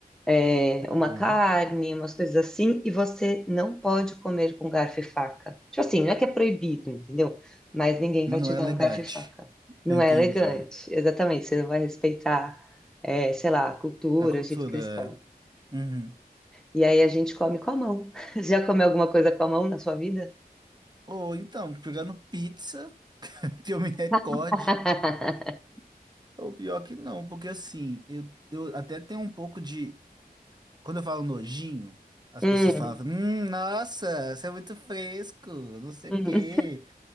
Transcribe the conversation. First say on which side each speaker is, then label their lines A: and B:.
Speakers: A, in the centre; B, on the right.
A: é, uma
B: Uhum.
A: carne, umas coisas assim, e você não pode comer com garfo e faca. Tipo assim, não é que é proibido, entendeu? Mas ninguém
B: Mas
A: vai
B: não
A: te
B: é
A: dar
B: elegante.
A: um garfo e faca. Não
B: Entendi.
A: é elegante, exatamente. Você não vai respeitar, é, sei lá, a cultura,
B: A cultura.
A: o jeito que eles comem.
B: é. Uhum.
A: E aí a gente come com a mão. <laughs> Já comeu alguma coisa com a mão na sua vida?
B: Ou então, pegando pizza, <laughs> que eu me recorde,
A: <laughs>
B: ou pior que não, porque assim, eu, eu até tenho um pouco de. Quando eu falo nojinho, as
A: Hum,
B: pessoas falam, hum, nossa, você é muito fresco, não sei
A: hum,
B: o quê.